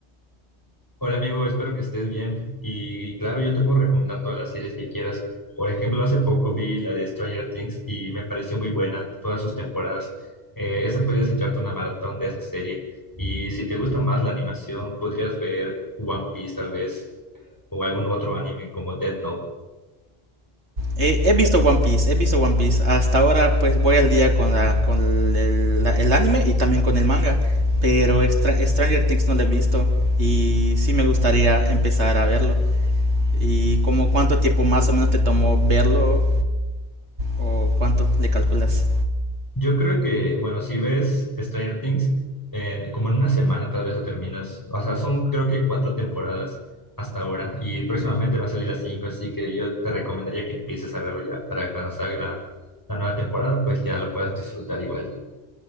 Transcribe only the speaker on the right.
Eh, he visto One Piece, he visto One Piece, hasta ahora pues voy al día con, la- con el, la- el anime y también con el manga, pero Extra- Stranger Things no lo he visto y sí me gustaría empezar a verlo. ¿Y como cuánto tiempo más o menos te tomó verlo o cuánto le calculas?